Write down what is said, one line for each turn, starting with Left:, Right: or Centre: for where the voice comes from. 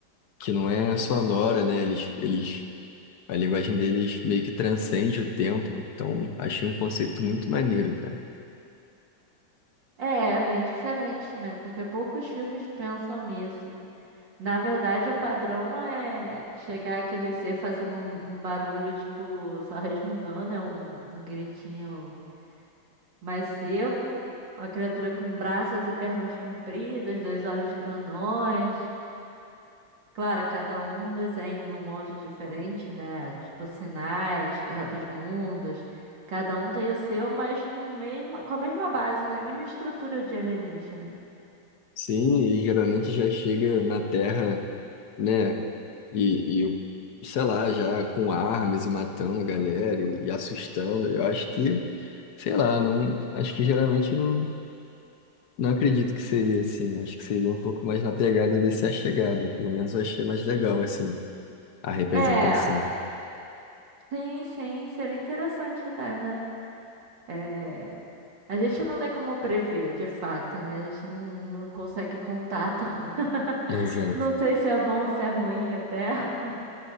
Left: que não é sonora, né? Eles, eles a linguagem deles meio que transcende o tempo. Então, achei um conceito muito maneiro, cara.
Right: É, é bem diferente, né? Porque poucos filmes pensam nisso. Na verdade, o padrão é chegar aquele ser fazendo um, um barulho, tipo, só resmungando, é um, um gritinho mais seco. Uma criatura com braços e pernas compridas, dois olhos grandões. Claro, cada um num desenho, num molde diferente, né? Tipo Sinais, Guerra dos Mundos. Cada um tem o seu, mas com, mesma, com a mesma base, né? Mesma estrutura de alienígena.
Left: Sim, e geralmente já chega na Terra né? E, e, sei lá, já com armas e matando a galera e, e assustando. Eu acho que, sei lá, não, acho que geralmente não, não acredito que seria assim. Acho que seria um pouco mais na pegada desse A Chegada. Pelo menos eu achei mais legal, assim, a representação.
Right: É, sim, sim, seria interessante até, né? É, A gente não tem como prever, de fato, né? A gente não, não consegue contato. <laughs>
Left: Exato.
Right: Não sei se é bom ou se é ruim até.